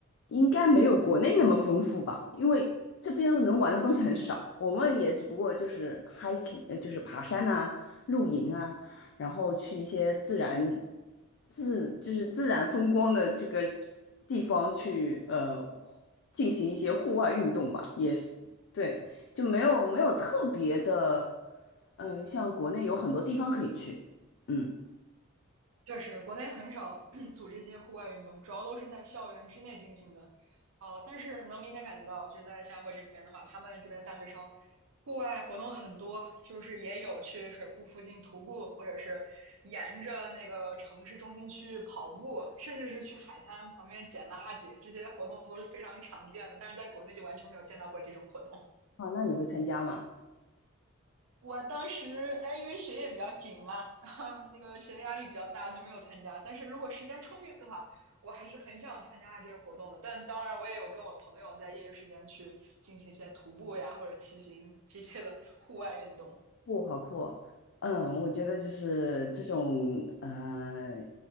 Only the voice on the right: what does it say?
确实，国内很少 <clears throat> 组织这些户外运动，主要都是在校园之内进行的。呃，但是能明显感觉到，就在新加坡这边的话，他们这边的大学生户外活动很多，就是也有去水库附近徒步，或者是沿着那个城市中心区跑步，甚至是去海滩旁边捡垃圾，这些活动都是非常常见的。但是在国内就完全没有见到过这种活动。
我当时哎，因为学业比较紧嘛，然后那个学业压力比较大，就没有参加。但是如果时间充裕的话，我还是很想参加这个活动的。但当然，我也有跟我朋友在业余时间去进行一些徒步呀，或者骑行这些的户外运动。